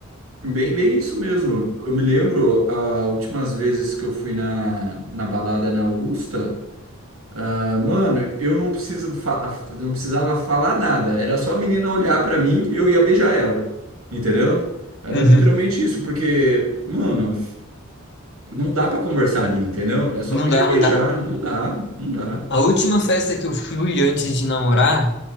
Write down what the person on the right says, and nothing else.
Bem, bem isso mesmo. Eu me lembro, as últimas vezes que eu fui na, na balada na Augusta, ah, mano, eu não preciso fa- eu não precisava falar nada. Era só a menina olhar pra mim e eu ia beijar ela. Entendeu? Era
literalmente isso, porque, mano, não dá pra conversar ali, entendeu? É só
pegar
e
beijar.
Não dá, não dá.